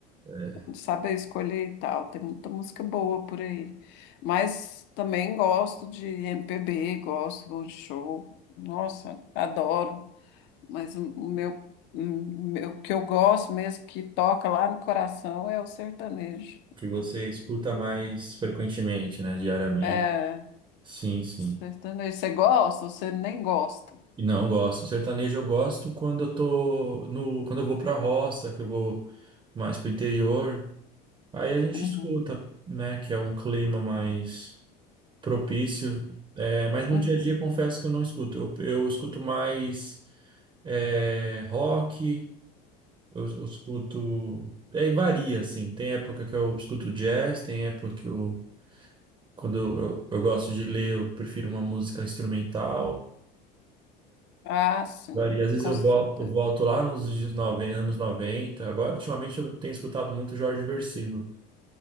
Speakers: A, on the right (about 20°); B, on the left (about 60°).
A: É,
B: sabe escolher e tal. Tem muita música boa por aí. Mas também gosto de MPB, gosto, vou de show. Nossa, adoro. Mas o, o meu, hum, o meu- o que eu gosto mesmo, que toca lá no coração, é o sertanejo.
A: que você escuta mais frequentemente, né? Diariamente.
B: É,
A: Sim, sim.
B: sertanejo. Você gosta ou você nem gosta?
A: e Não, eu gosto. Sertanejo eu gosto quando eu tô no, quando eu vou pra roça, que eu vou mais pro interior. Aí a gente
B: Uhum,
A: escuta, né, que é um clima mais propício. É, mas no
B: uhum.
A: dia a dia confesso que eu não escuto. Eu, eu escuto mais é, rock, eu, eu escuto. Aí varia, assim. Tem época que eu escuto jazz, tem época que eu, quando eu, eu gosto de ler, eu prefiro uma música instrumental.
B: Ah, sim,
A: Varia. Às vezes
B: com
A: eu
B: certeza.
A: vol- eu volto lá nos dias 90, anos noventa Agora, ultimamente, eu tenho escutado muito Jorge Vercillo,